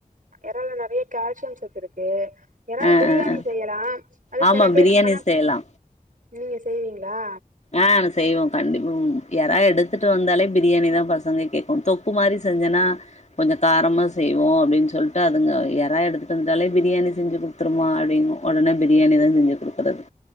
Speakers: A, on the right; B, on the left.
A: எறால நெறய கால்சியம் சத்துருக்கு எறால்
B: ஆ
A: பிரியாணி
B: ஆ ஆ
A: செய்யலா அது
B: ஆமா
A: சில பேருக்கா
B: பிரியாணி
A: ஆனா
B: செய்யலா
A: நீங்க செய்வீங்களா
B: ஆ செய்வோ கண்டிப்பா ம் எறா எடுத்துட்டு வந்தாலே பிரியாணி தா பசங்க கேக்கு தொக்குமாரி செஞ்சனா கொஞ்ச காரமா செய்வோ அப்டின் சொல்லிட்டு அதுங்க எறா எடுத்துட்டு வந்து ட்டாலே பிரியாணி செஞ்சு குடு ட்ருமா அப்டிங்கு உடனே பிரியாணி தா செஞ்சு குடுக்குறது